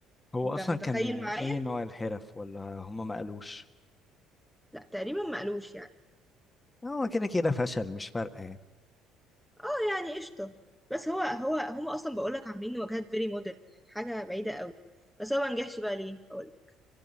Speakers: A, on the left; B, in the centre.
A: هو
B: انت
A: اصلا
B: متخيل
A: كان
B: معايا
A: ايه نوع الحرف ولا هما ما قالوش
B: لا تقريبا ما قالوش يعني
A: هو كده كده فشل مش فارقه يعني
B: آه يعني قشطه بس هو هو هم اصلا بقول لك عاملين واجهات فيري مودرن يعني حاجه بعيده قوي بس هو ما نجحش بقى ليه اقول لك